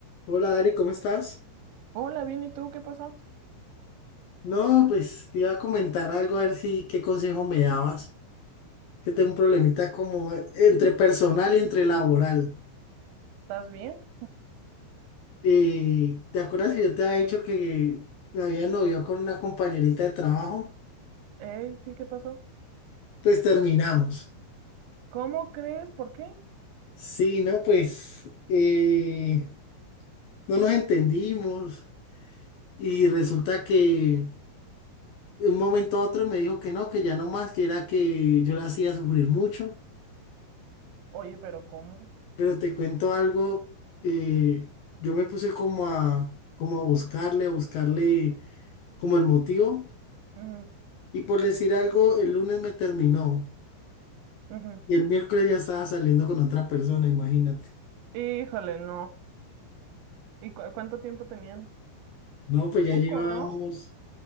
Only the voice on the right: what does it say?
Hola, bien, ¿y tú qué pasó?
¿Estás bien?
Ey, sí, ¿qué pasó?
¿Cómo crees? ¿Por qué?
Oye, pero ¿cómo?
Ujú,
ujú.
Híjole, no. ¿Y cu- cuánto tiempo tenían?
Poco,
¿no?